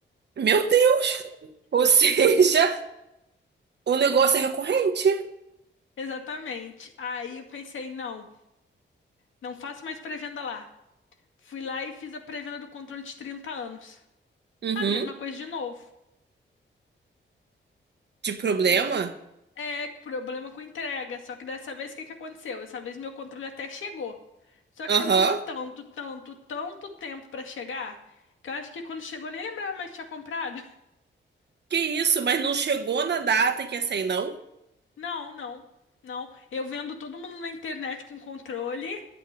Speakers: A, on the right (about 60°); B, on the left (about 80°).
A: Meu Deus! <laughs> Ou seja, O negócio é recorrente.
B: Exatamente. Aí eu pensei, não, não faço mais pré-venda lá. Fui lá e fiz a pré-venda do controle de 30 anos.
A: Uhum.
B: A mesma coisa de novo.
A: De problema?
B: Ma- É, problema com entrega. Só que dessa vez o que que aconteceu? Dessa vez meu controle até chegou. Só
A: Aham.
B: que demorou tanto, tanto, tanto tempo pra chegar, que eu acho que quando chegou eu nem lembrava mais que tinha comprado.
A: Que isso, mas não chegou na data que ia sair, não?
B: Não, não, não. Eu vendo todo mundo na internet com controle,